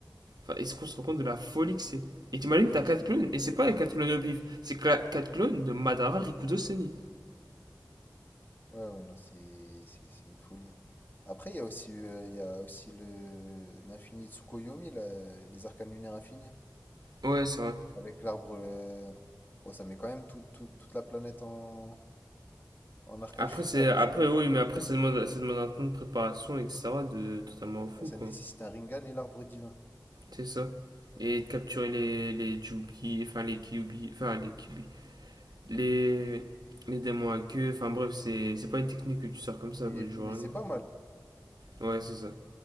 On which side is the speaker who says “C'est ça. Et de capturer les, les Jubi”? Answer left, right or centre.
Right